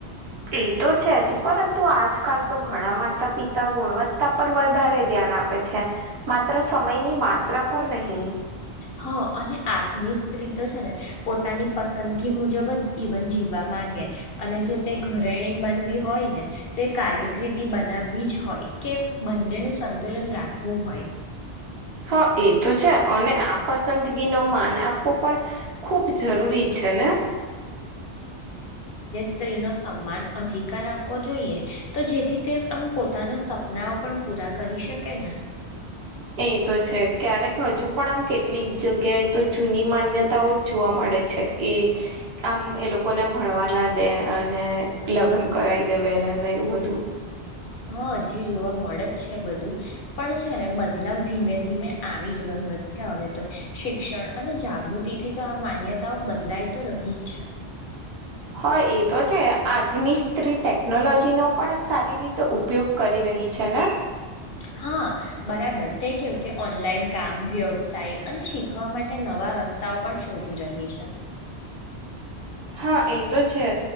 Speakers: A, on the right; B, on the left.
A: એ તો છે જ પરંતુ આજકાલ તો ઘણા માતા પિતા ગુણવત્તા પર વધારે ધ્યાન આપે છે માત્ર સમયની માત્રા પર નહીં.
B: હ અને આજની સ્ત્રી તો છે ને પોતાની પસંદગી મુજબ જ જીવન જીવવા માંગે અને જો તે ઘરેણી બનવી હોય ને તે કાર્યકિર્દી બનાવવી જ હોય કે બંનેનું સંતુલન રાખવું હોય
A: હા એ તો છે અને આ પસંદગી નો માન આપવો પણ ખુબ જરૂરી છે ને
B: સ્ત્રી નો સમાન અધિકાર આપવો જોઈએ તો જેથી તે આમ પોતાના સપનાઓ પણ પૂરા કરી શકે ને
A: હ એ તો છે ક્યારેક હજુ પણ આમ કેટલીક જગ્યાએ તો જૂની માન્યતાઓ જ જોવા મળે ે છે કે આામ એ લોકોને ભણવા ના દે અને લગ્ન કરાવ દે પહેલાને એવું બધું
B: હા હજી જોવા મળે જ છે બધું પણ છે ને બદલાવ ધીમે ધીમે આવી જ રહ હવે તો શિક્ષણ અને જાગૃતિ થી તો આ માન્યતાઓ બદલાય તો રહી જ છે
A: હ એ તો છે આજની સ્ત્રી ટેકનોલોજીનો પણ સારી રીતે ઉપયોગ કરી રહી છે ને
B: હા બરાબર તે કેવું કે ઓનલાઈન કામ વ્યવસાય અને શીખવા માટે ન નવા રસ્તાઓ પણ શોધી રહી છે
A: હા એ તો છે